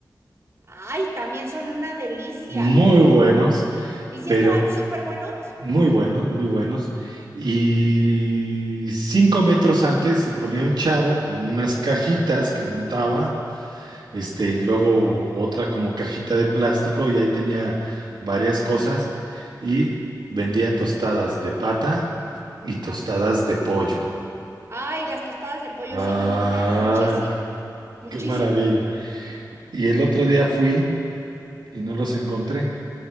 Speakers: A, on the right (about 40°); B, on the right (about 80°).
A: Ay, también son una delicia.
B: Muy buenos,
A: ¿Y si
B: pero
A: estaban súper buenos?
B: muy buenos, muy buenos. Y cinco metros antes se ponía un chavo con unas cajitas que montaba, este, y luego otra como cajita de plástico, y ahí tenía varias cosas. Y vendía tostadas de pata y tostadas
A: Ah, no.
B: de pollo.
A: Ay, las tostadas de pollo
B: Ay,
A: sí me gustan muchísimo. Muchísimo.
B: qué maravilla. Y el otro día fui y no los encontré,